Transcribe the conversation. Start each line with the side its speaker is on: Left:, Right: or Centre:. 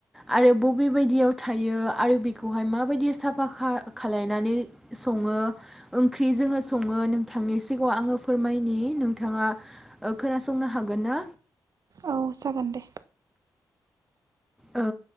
Centre: आरो बबे बायदियाव थायो आरो बेखौहाय मा बायदि साफा खा खालायनानै सङो ओंख्रि जोङो सङो नोंथांनि सिगाङाव आङो फोरमायनि नोंथाङा ओ खोनासंनो हागोन ना?
Right: औ जागोन दे।
Centre: ओ